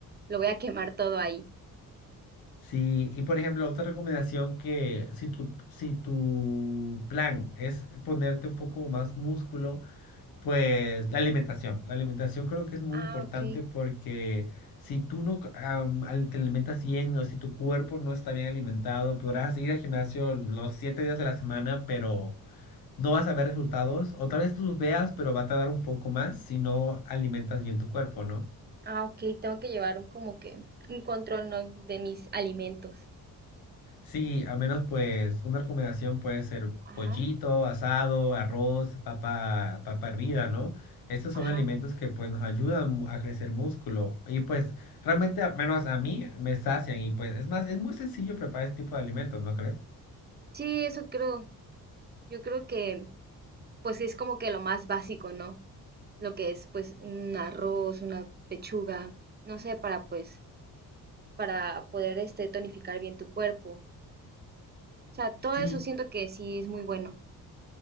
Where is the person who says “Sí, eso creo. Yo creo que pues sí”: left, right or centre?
Right